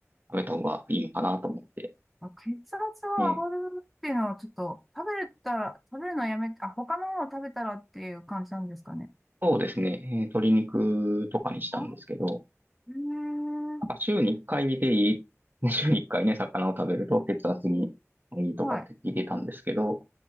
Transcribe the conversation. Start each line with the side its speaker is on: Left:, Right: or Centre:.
Right: 食べた方がいいのかなと思って。
Centre: あ血圧は上がるっていうのはちょっと、
Right: ね、
Centre: 食べれたら、食べるのやめて、あ、他のものを食べたらっていう感じなんですかね。
Right: そうですね。えー鶏肉とかにしたんですけど、
Centre: あ、えー、
Right: なんか週に1回でいい、<laughs> 週に1回ね、魚を食べると血圧にいいとかって聞いてたんですけど、
Centre: はい。